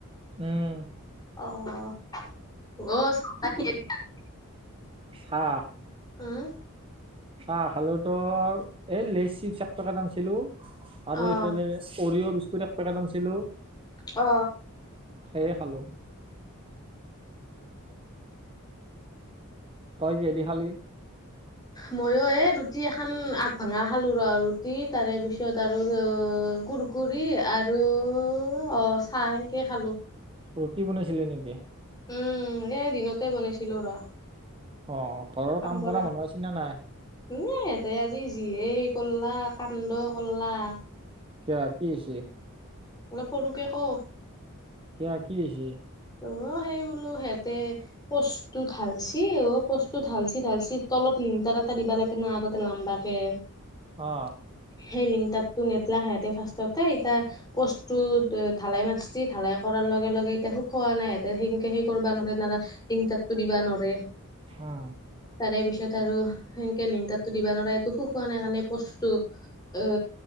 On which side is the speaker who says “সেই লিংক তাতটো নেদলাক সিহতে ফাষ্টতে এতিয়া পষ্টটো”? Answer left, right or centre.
Left